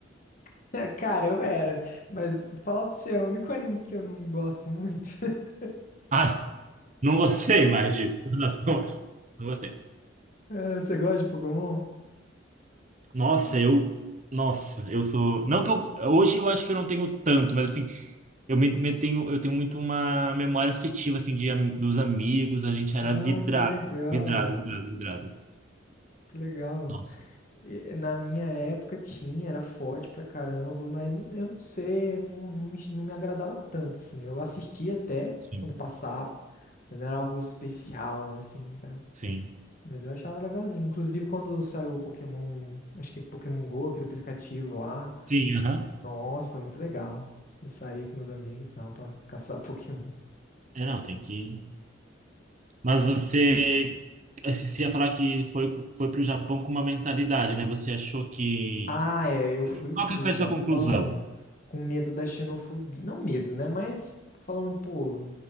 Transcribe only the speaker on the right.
Ai, não gostei mais de. <laughs> Não gostei.
Nossa, eu. Nossa, eu sou. Não que eu. Hoje eu acho que eu não tenho tanto, mas assim, eu me, me tenho, eu tenho muito uma memória afetiva, assim, de, am- dos amigos. A gente era
vidrado.
Vidrado, vidrado, vidrado.
Nossa,
sim.
Sim.
Sim, aham.
É, não, tem que. Mas você. assim, Você ia falar que foi, co- foi pro Japão com uma mentalidade, né? Você achou que.
Qual
que foi
a sua conclusão?